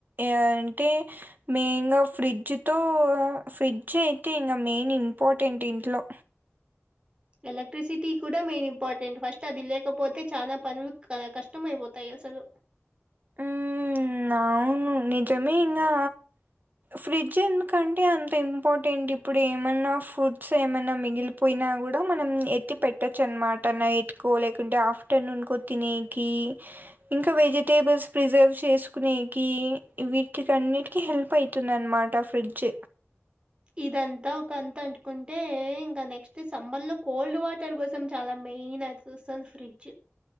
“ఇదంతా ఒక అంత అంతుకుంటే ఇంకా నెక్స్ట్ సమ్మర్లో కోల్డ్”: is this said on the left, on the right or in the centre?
Right